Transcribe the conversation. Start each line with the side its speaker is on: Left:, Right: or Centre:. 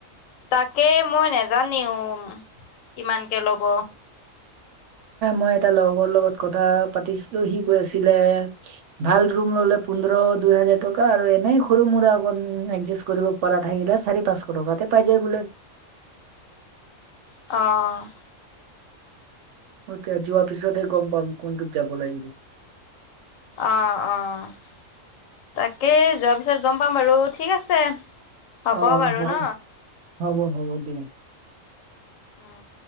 Left: তাকে মই নাজানিম, কিমানকে ল'ব!
Right: মই এটা লগৰ লগত কথা পাতিছিলোঁ। সি কৈ আছিলে ভাল ৰুম ল'লে, পোন্ধৰ দুই হাজাৰ টকা আৰু এনেই সৰু মোৰা অকন একজা কৰিব পৰা থাকিলে, চাৰি পাঁচশ টকাতে পাই যায় বোলে।
Left: অ',
Right: এতিয়া যোৱা পিছতে গম পাম, কোনটোত যাব লাগিব।
Left: অ'অ'তাকেই, যোৱাৰ পিছত গম পাম বাৰু, ঠিক আছে। হ'ব
Right: অ',
Left: বাৰু
Right: হ'ব
Left: ন।
Right: হ'ব, হ'ব দিয়া।
Left: উম্,